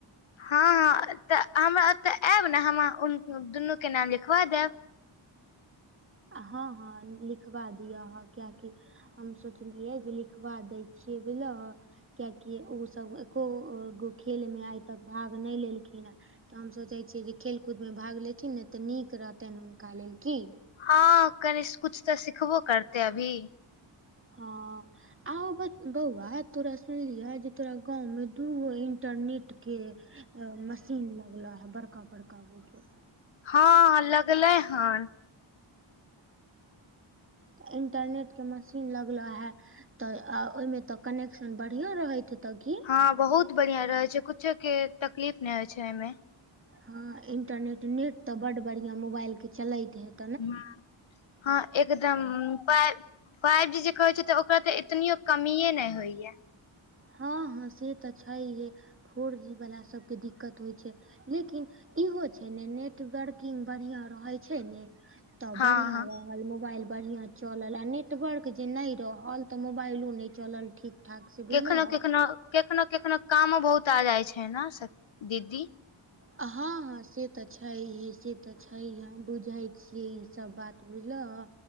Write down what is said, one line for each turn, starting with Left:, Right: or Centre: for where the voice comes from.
Left: हँ हँ त हमरा ओत आयब ने हम दुनू के नाम लिखबा देब
Right: हँ हँ लिखवा दिअ ह क्या की हम सोचलियै जे लिखबा दै छियै बुझल ह कियाकि ओ सब एकोगो खेलमे आइ तक भाग नै लेलखिन है। तऽ हम सोचै छियै जे खेलकूदमे भाग लेथिन ने तऽ नीक रहतनि हुनका लेल, की?
Left: हँ कनि कुछ तऽ सिखबो करते अभी।
Right: हँ। आउ बौआ तोरा सुनलिअ जे तोरा गाँवमे दूगो इन्टरनेटके मशीन लगला है बड़का- बड़का गो के
Left: हँ लगलै हन।
Right: तऽ इन्टरनेट के मशीन लगल है तऽ ओइमे तऽ कनेक्शन बढ़िया रहैत हेतै की?
Left: हँ बहुत बढ़िया रहै छै कुछो के तकलीफ नै होय छै अइमे।
Right: हँ इन्टरनेट नेट तऽ बड बढ़िआँ मोबाइल के चलैत हेत
Left: हुं हँ एकदम पाय फाइव जी जे कहे छै तऽ ओकरा तऽ एतनियो कमीेये ने होइया।
Right: हँ हँ से तऽ छैहे फोर जी वला सबके दिकत होइ छै। लेकिन इहो छै ने नेटवर्किंग बढ़िया रहै छै ने तब
Left: हँ
Right: बढ़िया
Left: हँ
Right: रह मोबाइल बढ़िया चलल आ नेटवर्क जे नै रहल तऽ मोबाइलो नै चलल ठीक- ठाक से। बुझलहक
Left: कखनो- कखनो कखनो कखनो कामो बहुत आ जाय छै न स दीदी।
Right: हँ हँ से तऽ छैहे, से तऽ छैहे हम बुझै छियै ई सब बात बुझलहुं।